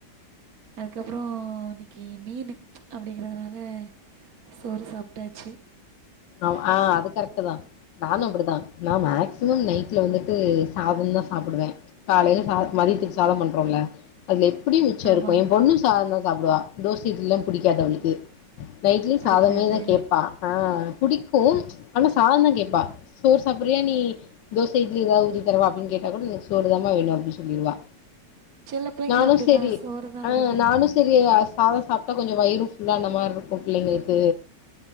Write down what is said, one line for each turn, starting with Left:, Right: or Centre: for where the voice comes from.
Right: அதுக்கப்புற இன்னைக்கி மீனு அப்புடிங்கிறதுனால சோறு சாப்ட்டாச்சு
Left: ஔ ஆ அது கரெக்ட் தா நானு அப்டிதான் நா மேக்சிமம் நைட்ல வந்துட்டு சாதந்தா சாப்புடுவே காலையில சாத மதியத்துக்கு சாதம் பண்றோல்ல அதுல எப்படியு மிச்ச
Right: ஆமாம்
Left: இருக்கு என் பொண்ணு சாதம் தா சாப்பிடுவா தோச இட்லிலா புடிக்காது அவளுக்கு நைட்லயு
Right: பிடிக்காது
Left: சாதமே தா கேப்பா ஆ புடிக்கு ஆனா சாதம் தா கேப்பா சோர் சாப்புறியா நீ தோசை இட்லி எதாவது ஊத்தி தரவா அப்படின் கேட்டா கூட எனக்கு சோர்தாமா வேணு அப்டின்னு சொல்லிருவா
Right: சில பிள்ளைங்க
Left: நானு
Right: அப்படி
Left: செரி
Right: தான் சோறு தான்
Left: ஆ
Right: விரும்புகிறாங்க
Left: நானு செரி அஸ் சாத சாப்ட்டா கொஞ்ச வயிறும் ஃபுல்லான மாரி இருக்கும் புள்ளைங்களுக்கு